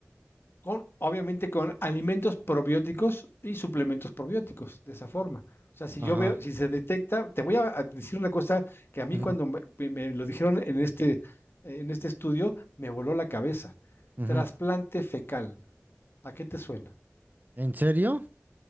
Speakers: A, on the left; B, on the right.
A: Con, obviamente con alimentos probióticos y suplementos probióticos, de esa forma. O sea, si
B: Ajá.
A: yo veo, si se detecta, te voy a a decir una cosa que a mí
B: ujú,
A: cuando me, me lo dijeron en este, en este estudio, me voló la cabeza.
B: ujú.
A: Trasplante fecal. ¿A qué te suena?
B: ¿En serio?